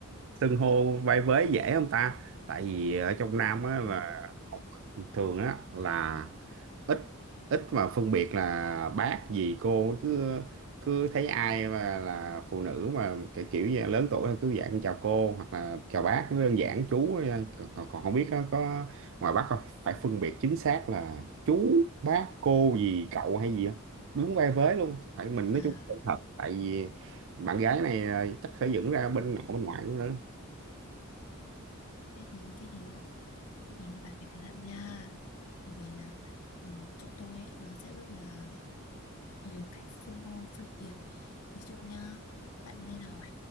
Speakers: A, on the right; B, on the left.
A: xưng hô vai vế dễ không ta tại vì ở trong Nam á là
B: ừ.
A: học thường á là ít ít mà phân biệt là bác gì cô cứ cứ thấy ai mà là phụ nữ mà kiểu kiểu như là lớn tuổi là cứ dạng chào cô hoặc là chào bác nó đơn giản chú thôi. nha. còn, còn còn không biết có, có ngoài bác không phải phân biệt chính xác là chú bác cô gì cậu hay gì không đúng vai vế luôn phải mình nói
B: à
A: chung là thật tại vì bạn gái này ờ, chắc sẽ dựng ra bên nội bên ngoại cũng nữa
B: thế thì thế thì thế thì bạn phải cẩn thận nha bởi vì là ừ, chỗ tôi ấy, nó sẽ rất là nhiều cách xưng hô phân biệt ví dụ nha bạn nên hỏi